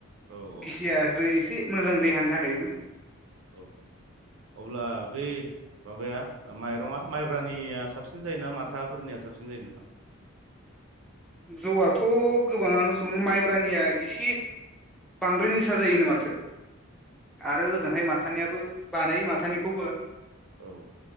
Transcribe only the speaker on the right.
औ औ
औ अब्ला बै माबाया माइरङआ माइब्रानिया साबसिन जायोना माथाफोरनिया साबसिन जायो नोंथां
औ